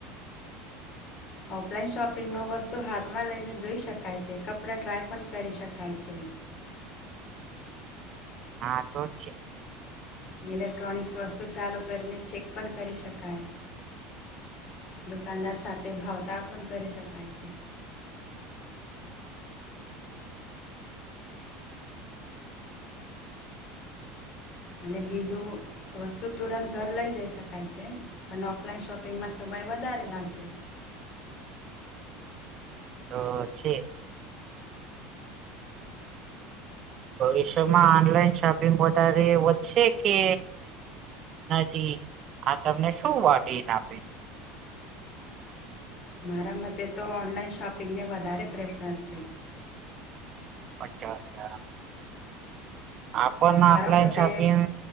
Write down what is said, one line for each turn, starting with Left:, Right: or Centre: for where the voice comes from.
Left: ઓફલાઈન શોપિંગમાં વસ્તુ હાથમાં લઈને જઈ શકાય છે કપડા ટ્રાય પણ કરી શકાય છે
Right: હા તો છે.
Left: ઇલેક્ટ્રોનિક્સ વસ્તુ ચાલુ કરીને ચેક પણ કરી શકાય. દુકાનદાર સાથે ભાવતાળ પણ કરી શકાય છે. અને બીજુ વસ્તુ તુરંત ઘર લઈ જઈ શકાય છે ને પણ ઓફલાઈન શોપિંગમાં સમય વધારે લાગશે
Right: અ છે. ભવિષ્યમાં ઓનલાઈન શોપિંગ વધારે વધશે કે નથી આ તમને શું વાટીન આપે.
Left: મારા મતે તો ઓનલાઈન શોપિંગને વધારે પ્રેફરન્સ છે
Right: અચ્છા અચ્છા આપણ
Left: તારા
Right: ઓફલાઈન
Left: મતે
Right: શોપિંગ